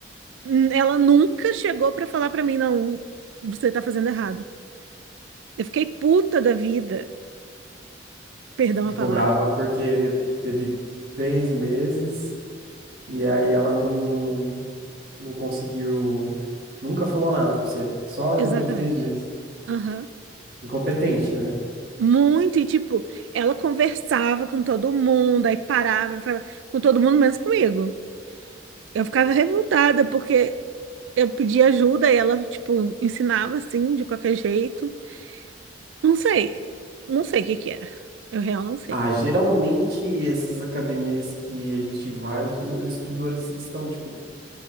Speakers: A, on the right; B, on the right.
A: Hum, Ela nunca chegou pra falar pra mim, não, você tá fazendo errado. Eu fiquei puta da vida. Perdão
B: Ficou
A: a palavra.
B: brava porque teve três meses e aí ela não, não conseguiu. Nunca falou nada pra você. Só
A: Exatamente.
B: depois de três meses.
A: Aham.
B: Incompetente, né?
A: Muito, e tipo, ela conversava com todo mundo, aí parava, falava com todo mundo, menos comigo. Eu ficava revoltada, porque eu pedia ajuda e ela, tipo, ensinava assim, de qualquer jeito. Não sei. Não sei o que que era. Eu real não sei.
B: Ah, geralmente essas academias que a gente vai, os, os instrutores eles estão, tipo,